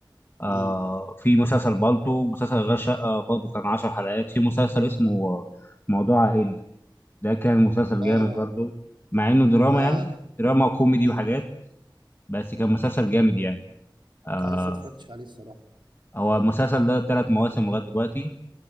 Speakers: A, on the left; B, on the right.
A: آه
B: امم
A: في مسلسل بالطو مسلسل غير شقه برضه كان 10 حلقات في مسلسل اسمه آه، موضوع عائلي ده كان مسلسل
B: اه
A: جامد برضه مع انه دراما
B: ما
A: يعني دراما وكوميدي
B: مم.
A: وحاجات بس كان مسلسل جامد يعني آه
B: انا لسه اتفرجتش عليه الصراحه
A: هو المسلسل ده ثلاث مواسم لغايه دلوقتي